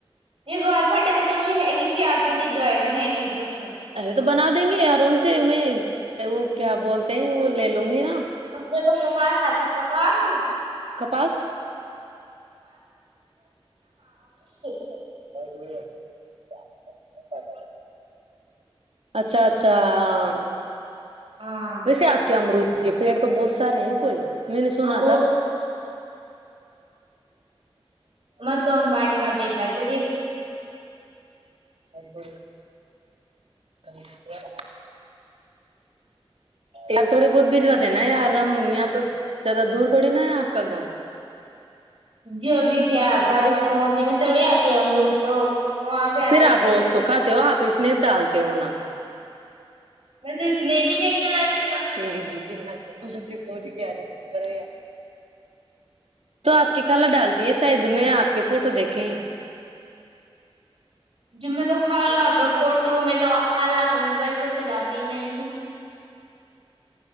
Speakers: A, on the right; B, on the right.
A: یہ <unintelligible> گوار پٹتا میں تو ر ہیگ کیا آ کے ل دو ہے م نے ہ گے گ س <unintelligible>
B: ارے تو بنا دیں گے یار ان سے میں وہ کیا بولتے ہیں وہ لے لوں گی نا
A: اس میں تو کپاس آتی کپاس
B: کپاس
A: <unintelligible>
B: <inaudible> اچھا اچھا ا
A: ہاں
B: ویسے آپ کیا امرود کے پیڑ تو بہت سارے ہیں کوئی میں نہیں سنا
A: اب
B: تھا
A: م تو امبانی کا بیٹا سے جی
B: <unintelligible> <unintelligible> یار تھوڑے بہت بھجوا دینا یار ہم یہاں پہ زیادہ دور تھوڑی نا ہے آپ کا گاؤں
A: جو ابی کیا بارش کا موسم توڑی آتی امروت تو وہاں پہ آتے
B: پھر آپ
A: سردی
B: روز تو
A: سے
B: کھاتے ہو سنیپ ڈالتے ہو نا
A: میں تو سنیپ ہی نہی چلاتھی پر
B: جی جی <unintelligible> جنا چ ت پونھ کیاریب ار تو آپ کی کلا ڈالتی ہے شاید میں آپ کے فوٹو دیکھے ہیں
A: جی میں تو خالا کا فوٹو میں تو خالہ کا موبائل کو چلاتی ہی نہیں ہوں